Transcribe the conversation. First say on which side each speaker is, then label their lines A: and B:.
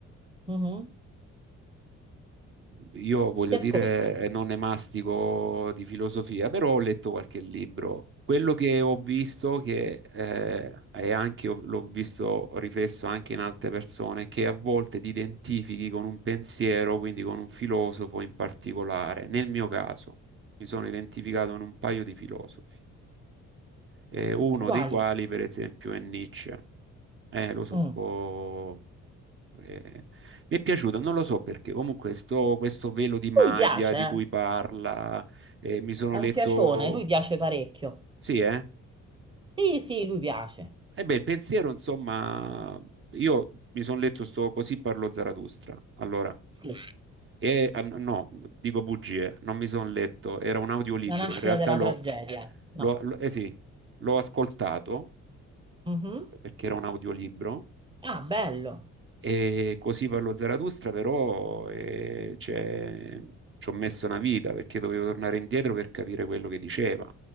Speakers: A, on the right (about 15°); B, on the right (about 40°).
A: Mhm.
B: io voglio
A: Ti ascolto.
B: dire, eh, non ne mastico di filosofia, però ho letto qualche libro. Quello che ho visto, che eh, è anche, l'ho visto riflesso anche in altre persone, che a volte ti identifichi con un pensiero, quindi con un filosofo in particolare. Nel mio caso, mi sono identificato in un paio di filosofi, eh, uno
A: Quali?
B: dei quali, per esempio, è Nietzsche. Eh, lo so,
A: Mm.
B: un po'. Eh, mi è piaciuto, non lo so perché, comunque sto, questo velo di maglia
A: Lui piace,
B: di
A: eh.
B: cui parla, eh, mi sono
A: È un
B: letto,
A: piacione, lui piace parecchio.
B: sì, eh?
A: Sì, sì, lui piace.
B: E beh, il pensiero, insomma, io mi sono letto sto Così parlò Zarathustra, allora,
A: Sì,
B: e ah, no, dico bugie, non mi sono letto, era un audiolibro,
A: la nascita
B: in realtà
A: della
B: l'ho
A: tragedia. No.
B: l'ho- l'ho- eh sì, l'ho ascoltato
A: Mhm.
B: perché era un audiolibro
A: Ah, bello.
B: E così parlo Zarathustra, però eh, cioè, ci ho messo una vita perché dovevo tornare indietro per capire quello che diceva.